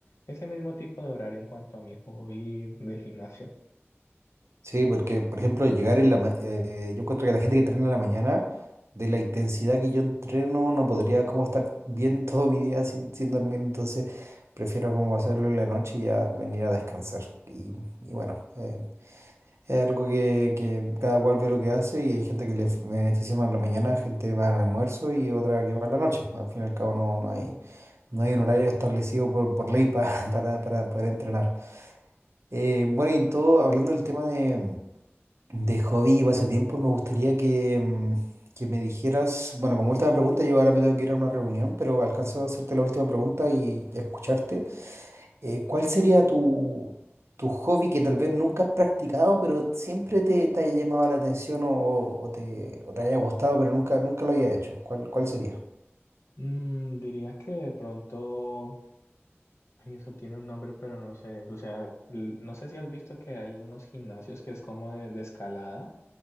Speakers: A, on the left (about 75°); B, on the right (about 75°).
A: ese mismo tipo de horario en cuanto a mi hobby del gimnasio.
B: Sí, porque, por ejemplo, llegar en la... ma- eh, yo encuentro que la gente que entrena en la mañana, de la intensidad que yo entreno, no podría como estar bien <laughs> todo mi día sin, sin dormir, entonces prefiero como hacerlo en la noche y ya venir a descansar. Y, y bueno, eh, Es algo que, que cada cual ve lo que hace y hay gente que le f- beneficia más en la mañana, gente más al almuerzo y otra que más en la noche. Al fin y al cabo no, no hay, no hay un horario establecido por, por ley pa- <laughs> para, para poder entrenar. Eh, bueno, y en todo, hablando del tema de, de hobby y pasatiempos, me gustaría que, mm, que me dijeras, bueno, como última pregunta, yo ahora me tengo que ir a una reunión, pero alcanzo a hacerte la última pregunta y, y a escucharte. Eh, ¿cuál sería tu, tu hobby que tal vez nunca has practicado, pero siempre te, te haya llamado la atención o, o te, o te haya gustado, pero nunca, nunca lo haya hecho? ¿Cuál, cuál sería?
A: Mm, diría que de pronto... Ay, eso tiene un nombre, pero no sé. O sea, l- no sé si has visto que hay unos gimnasios que es como de, de escalada,